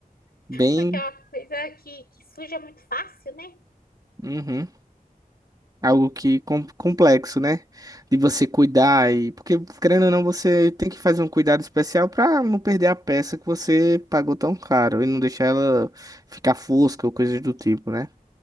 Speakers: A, on the right; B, on the left.
A: Bem.
B: Porque é uma coisa que, que suja muito fácil, né?
A: Uhum. Algo que com- complexo, né? De você cuidar e porque querendo ou não, você tem que fazer um cuidado especial para não perder a peça que você pagou tão caro e não deixar ela ficar fosca ou coisas do tipo, né?